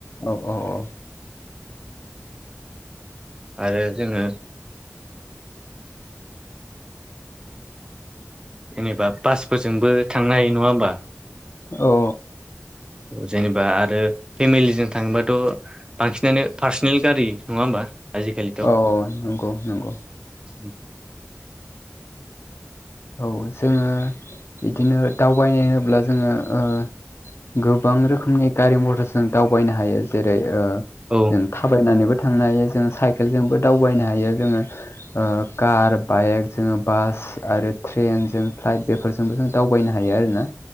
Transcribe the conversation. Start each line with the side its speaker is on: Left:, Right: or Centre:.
Left: औ औ औ।
Right: आरो जोङो जेनेबा बासफोरजोंबो थांनो हायो नङा होमबा।
Left: औ
Right: जेनेबा आरो फेमिलिजों थांङोबाथ' बांसिनानो पार्सनेल गारि नङा होमबा? आजिखालिथ'
Left: औ नंगौ नंगौ।
Right: उम
Left: औ जोङो बिदिनो दावबायनाय होनोब्ला जोङो ओ गोबां रोखोमनि गारि मटरजों दावबायनो हायो जेरै ओ
Right: औ
Left: जों थाबायनानैबो थांनो हायो जों साइ साइखेलजोंबो दावबायनो हायो जोङो ओ कार बाइक जोङो बास आरो ट्रेनजों फ्लाइट बेफोरजोंबो जों दावबायनो हायो आरो ना।